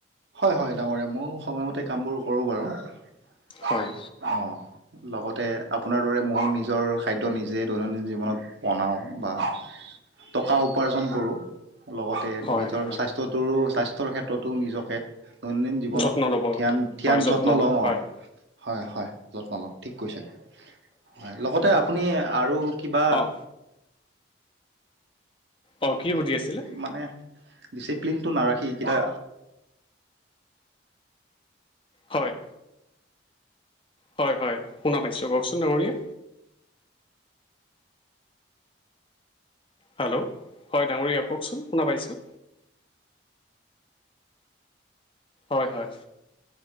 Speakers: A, on the right; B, on the left.
A: হয, হয়, ডাঙৰীয়া ময়ো সময়মতে কামবোৰ কৰোঁ বাৰু। অ',
B: হয়
A: লগতে আপোনাৰ দৰে ময়ো নিজৰ খাদ্য নিজে দৈনন্দিন জীৱনত বনাওঁ বা টকা উপাৰ্জন কৰোঁ। লগতে
B: হয়
A: নিজৰ
B: হয়
A: স্বাস্থ্যটোৰো স্বাস্থ্যৰ ক্ষেত্ৰতো নিজকে দৈনন্দিন জীৱনত
B: যত্ন ল'ব
A: ধ্যান ধ্যান
B: হয়
A: যত্ন
B: লয়
A: লওঁ
B: হয়
A: অ', হয়, হয়, যত্ন লওঁ ঠিক কৈছে। হয় লগতে আপুনি আৰু কিবা
B: অঁ অঁ কি সুধি আছিলে
A: মানে ডিচিপ্লিনটো নাৰাখি <unintelligible>
B: হয় হয় হয় শুনাম পাইছো কওকচোন ডাঙৰীয়া হেল্ল' হয় ডাঙৰীয়া কওকচোন শুনা পাইছোঁ হয় হয়